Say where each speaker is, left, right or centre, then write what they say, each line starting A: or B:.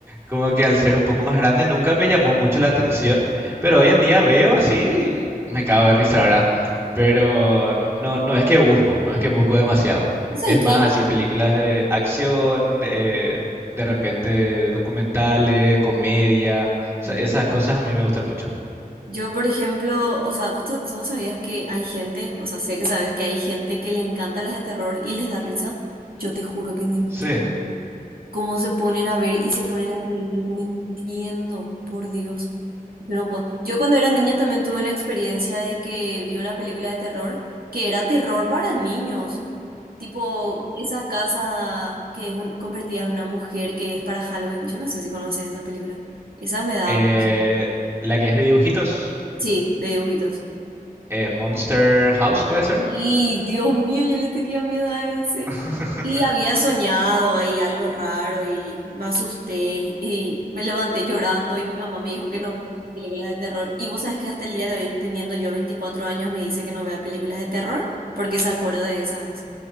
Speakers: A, on the right; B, on the right.
A: como que al ser un poco más grande nunca me llamó mucho la atención, pero hoy en día veo así y me cago de risa, ¿verdad? Pero no, no es que busco, no es que busco demasiado.
B: ¿Vos sabés
A: Es
B: que
A: más así películas de acción, eh, de repente documentales, comedia, o
B: mm,
A: sea, esas cosas a mí me gustan mucho.
B: yo, por ejemplo, o sea, vos, ta- vos sabías que hay gente, o sea, sé que sabes que hay gente que le encanta las de terror y les da risa? Yo te juro que no entiendo
A: Sí.
B: cómo se ponen a ver y se ponen a reír. Yo no entiendo, por Dios. Yo no puedo. Yo cuando era niña también tuve una experiencia de que vi una película de terror que era terror para niños. Tipo, esa casa que es un- convertida en una mujer que es para Halloween. Yo no sé si conoces esa película. Esa me daba
A: Eh,
B: mucho.
A: la que es de dibujitos,
B: Sí, de dibujitos.
A: es Monster House, ¿puede ser?
B: Sí, Dios mío, yo le tenía miedo a ese.
A: <laughs>
B: Y había soñado ahí algo raro y me asusté y me levanté llorando y mi mamá me dijo que no vea películas de terror. Y vos sabés que hasta el día de hoy, teniendo yo 24 años, me dice que no vea películas de terror porque se acuerda de esa vez.